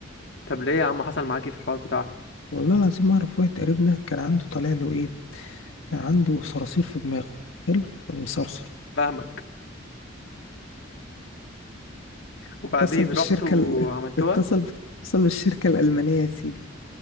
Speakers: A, on the left (about 60°); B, on the left (about 80°).
A: طب ليه يا عم حصل معاك ايه في الحوار بتاعها
B: والله العظيم اعرف واحد قريبنا كان عنده طالع له ايه كان عنده صراصير في دماغه حلو كان مصرصر
A: فاهمك وبعدين
B: اتصل بالشركه
A: رحت وعملتوها
B: ال- اتصل اتصل بالشركه الالمانيه يا سيدي